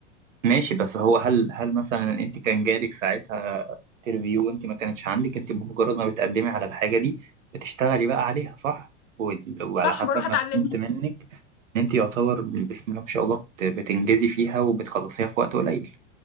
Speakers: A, on the right (about 80°); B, on the left (about 50°).
A: ماشي بس هو هل هل مثلا انت كان جالك ساعتها انترفيو انت ما كانتش عندك انت بمجرد ما بتقدمي على الحاجه دي بتشتغلي بقى عليها صح وال- وعلى
B: صح
A: حسب
B: بروح
A: ما
B: أتعلمها
A: فهمت منك ان انت يعتبر بسم الله ما شاء الله بت- بتنجزي فيها وبتخلصيها في وقت قليل